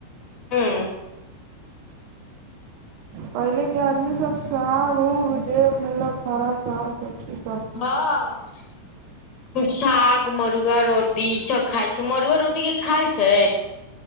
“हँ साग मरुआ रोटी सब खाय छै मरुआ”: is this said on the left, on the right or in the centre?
Left